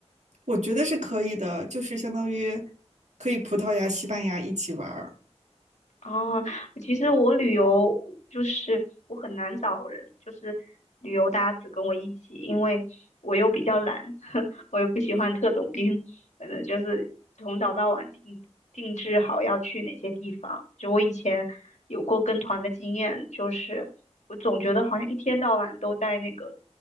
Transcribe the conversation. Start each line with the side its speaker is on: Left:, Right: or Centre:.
Right: 我觉得是可以的，就是相当于可以葡萄牙、西班牙一起玩儿，
Left: 啊，其实我旅游就是我很难找人，就是旅游搭子跟我一起，因为我又比较懒，<laughs> 我又不喜欢特种兵，反正就是从早到晚定定制好要去哪些地方。就我以前有过跟团的经验，就是我总觉得好像一天到晚都在那个